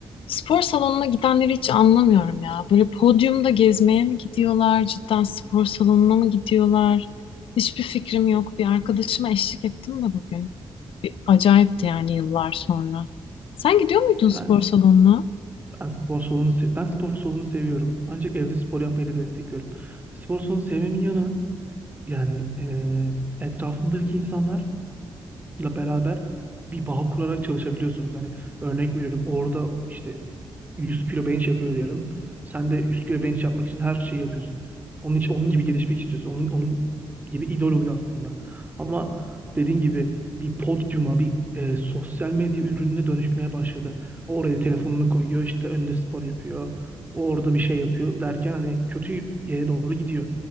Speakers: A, on the left (about 85°); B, on the right (about 20°).
A: Spor salonuna gidenleri hiç anlamıyorum ya. Böyle podyumda gezmeye mi gidiyorlar, cidden spor salonuna mı gidiyorlar? Hiçbir fikrim yok. Bir arkadaşıma eşlik ettim de bugün. Bir acayipti yani yıllar sonra. Sen gidiyor muydun spor
B: Yani
A: salonuna?
B: ben spor salonu se- ben spor salonu seviyorum. Ancak evde spor yapmayı da destekliyorum. Spor salonu sevmemin yanı yani eee, etrafındaki insanlar ile beraber bir bağ kurarak çalışabiliyorsunuz. Hani örnek veriyorum orada işte 100 kilo bench yapıyor diyelim. Sen de 100 kilo bench yapmak için her şeyi yapıyorsun. Onun için onun gibi gelişmek istiyorsun. Onun onun gibi idol oluyor aslında. Ama dediğin gibi bir podyuma, bir e, sosyal medya ürününe dönüşmeye başladı. Oraya telefonunu koyuyor, işte önünde spor yapıyor. O orada bir şey yapıyor derken hani kötü yere doğru gidiyor.